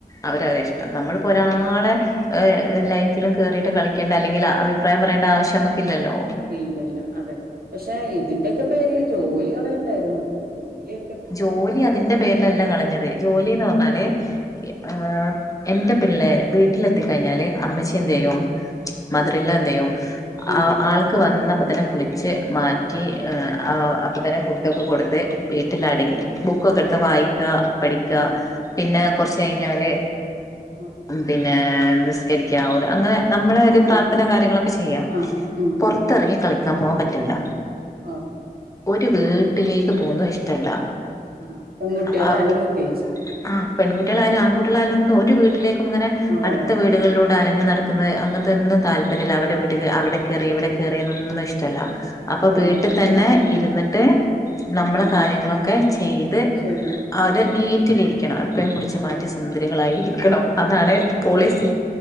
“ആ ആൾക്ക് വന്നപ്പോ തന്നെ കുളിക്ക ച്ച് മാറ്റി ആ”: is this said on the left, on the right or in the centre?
Left